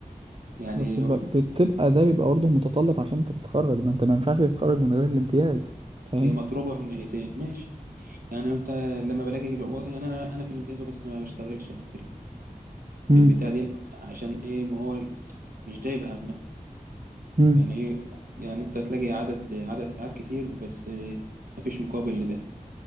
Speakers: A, on the right (about 80°); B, on the right (about 40°).
A: يعني
B: بس ب... بتبقى ده بيبقى برضه متطلب عشان انت تتخرج ما انت ما ينفعش تتخرج من غير الامتياز فاهم
A: هي مضروبة من ناحيتين ماشي يعني أنت لما بلاقي الو- يعني أنا أنا في الامتياز بس ما بشتغلش يعني
B: امم
A: البتاع دي عشان ايه ما هو مش جايب همه
B: امم
A: يعني ايه يعني انت تلاقي عدد عدد ساعات كتير بس مفيش مقابل لده